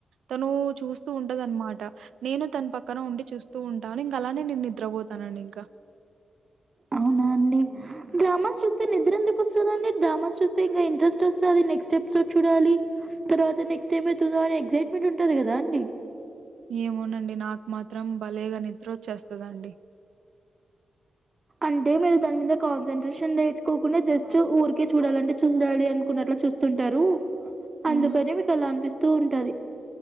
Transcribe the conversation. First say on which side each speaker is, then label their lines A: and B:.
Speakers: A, on the right (about 85°); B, on the right (about 30°).
A: తను చూస్తూ ఉంటదన్నమాట నేను తన పక్కన ఉండి చూస్తూ ఉంటాను ఇంక అలానే నేను నిద్రపోతానండి ఇంకా
B: అవునా అండి డ్రామాస్ చూస్తే నిద్ర ఎందుకు వస్తుందండి డ్రామాస్ చూస్తే ఇంకా ఇంట్రెస్ట్ వస్తది నెక్స్ట్ ఎపిసోడ్ చూడాలి తర్వాత నెక్స్ట్ ఏమైతదో అని ఎక్సైట్మెంట్ ఉంటది కదా అండి
A: ఏమోనండి నాకు మాత్రం భలేగా నిద్ర వచ్చేస్తుందండి
B: అంటే మీరు దాని మీద కాన్సంటట్రేషన్ నేర్చు కోకుండా జస్ట్ ఊరికే చూడాలంటే చూడాలి అనుకున్నట్లు చూస్తు ఉంటారు
A: హ్మ్.
B: అందుకని మీకు అలా అనిపిస్తూ ఉంటది